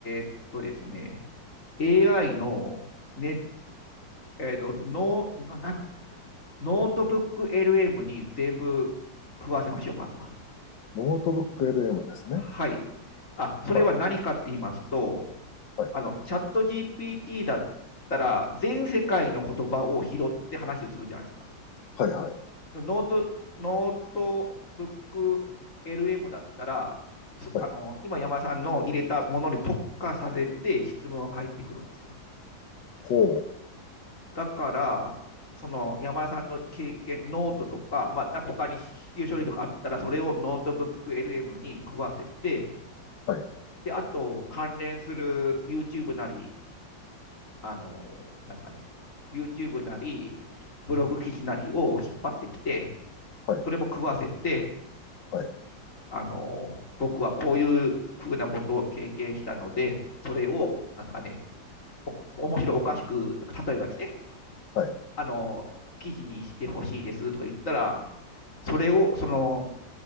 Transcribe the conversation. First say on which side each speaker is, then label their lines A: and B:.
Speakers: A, on the left; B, on the left.
A: ーっとですね、AI のねえーっと、ノー、ななんか、ノートブック LM に全部食わせましょう、まずは。
B: ノートブック LM ですね。
A: はい。あ、それは何かって言いますと、
B: はい、はい、
A: あの、チャット GPT だったら、全世界の言葉を拾って話をするじゃないですか。
B: はい、はい、
A: でもノート、ノートブック LM だったら、すあの、
B: はい。
A: 今山田さんの入れたものに特化させて質問は返ってくるんですよ。
B: ほ
A: だから、その山田さんの経験、ノートとか、まあ、他に必要書類とかあったら、それをノートブック LM に食わせて、
B: う、はい、
A: で、あと、関連する YouTube なり、あの、なんですかね、YouTube なり、ブログ記事なりを引っ張ってきて、
B: はい、
A: それも食わせて、
B: はい、
A: あの、僕はこういうふうなことを経験したので、それを、
B: はい、
A: なんですかね、お面白おかしく、例えばですね、
B: はい、
A: あの、記事にしてほしいですとか言ったら、それを、その、